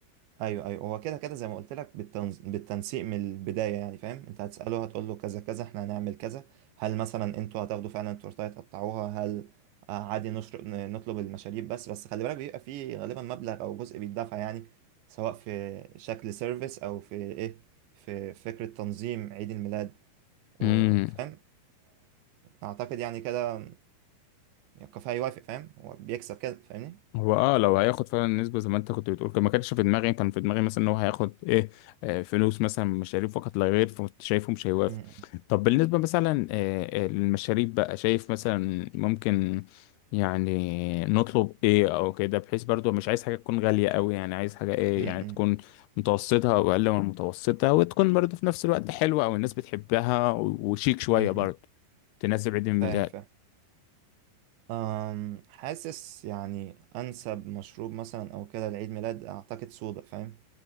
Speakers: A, on the right; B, on the left.
A: ايوه ايوه هو كده كده زي ما قلت لك بالتنز... بالتنسيق من البدايه يعني فاهم انت هتساله هتقول له كذا كذا احنا هنعمل كذا هل مثلا انتوا هتاخدوا فعلا التورتايه تقطعوها هل آه، عادي نشر... ن- نطلب المشاريب بس بس خلي بالك بيبقى فيه غالبا مبلغ او جزء بيدفع يعني سواء في شكل سيرفيس او في ايه في فكره تنظيم عيد الميلاد وفاهم
B: امم
A: اعتقد يعني كده الكافيه هيوافق فاهم هو بيكسب كده فاهمني
B: هو اه لو هياخد فعلا النسبة زي ما انت كنت بتقول كان ما كانش في دماغي كان في دماغي مثلا ان هو هياخد ايه آه فلوس مثلا من مشاريب فقط لا غير فكنت شايفه مش هيوافق
A: م-
B: طب بالنسبة مثلا آه آه، للمشاريب بقى شايف مثلا ممكن يعني نطلب ايه او كده بحيث برضو مش عايز حاجة تكون غالية قوي يعني عايز حاجة ايه
A: م- م-
B: يعني تكون متوسطة او اقل من متوسطة وتكون برضو في نفس الوقت حلوة او الناس بتحبها وشيك شوية
A: م-
B: برضو
A: م-
B: تناسب عيد الميلاد
A: فاهم فاهم أم، حاسس يعني أنسب مشروب مثلا أو كده لعيد ميلاد أعتقد صودا فاهم